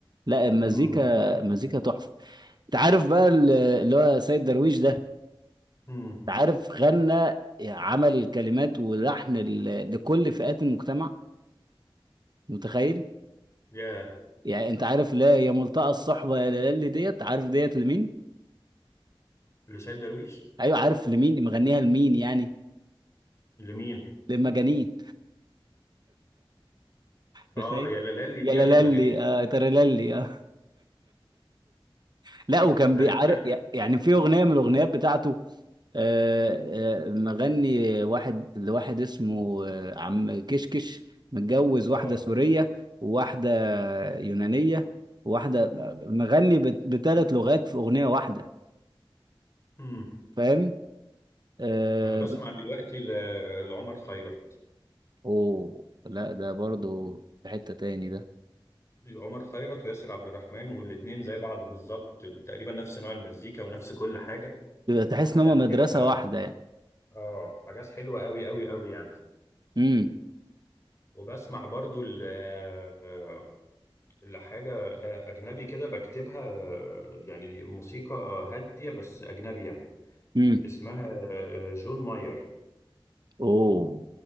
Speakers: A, on the right (about 50°); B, on the left (about 30°).
A: لا المزيكا
B: مم.
A: المزيكا تحفة انت عارف بقى ال- اللي هو سيد درويش ده انت
B: مم.
A: عارف غنى عمل الكلمات ولحن ل- لكل فئات المجتمع متخيل
B: يا
A: يعني انت عارف لا يا ملتقى الصحبه يا لالي ديت عارف ديت لمين
B: لسيد درويش
A: ايوه عارف لمين مغنيها لمين يعني
B: لمين
A: للمجانين
B: اه
A: تخيل
B: يا لالي
A: يا
B: دي يعني
A: لالي
B: المجانين
A: آه ترللي آه. <laughs> لا وكان
B: لا
A: بيعرف
B: انت عارف
A: يعني في اغنيه من الاغنيات بتاعته آه، آه، مغني واحد لواحد اسمه آه، عم كشكش متجوز واحدة
B: اه
A: سورية وواحدة يونانية وواحدة مغني بثلاث لغات في أغنية واحدة
B: مم.
A: فاهم آه،
B: انا بسمع دلوقتي ل- لعمر خيرت
A: اوه لا ده برضو في حتة تاني ده
B: عمر خيرت وياسر عبد الرحمن والاتنين زي بعض بالظبط تقريبا نفس نوع المزيكا ونفس كل حاجة
A: يبقى تحس
B: وحاجات
A: ان هما مدرسة
B: حلوة
A: واحدة يعني
B: اه حاجات حلوة قوي قوي قوي يعني
A: امم
B: وبسمع برضو ال- آه، لحاجة آه، أجنبي كده بكتبها آه، يعني موسيقى هادية بس أجنبي يعني
A: امم
B: اسمها آه، جون ماير
A: اوه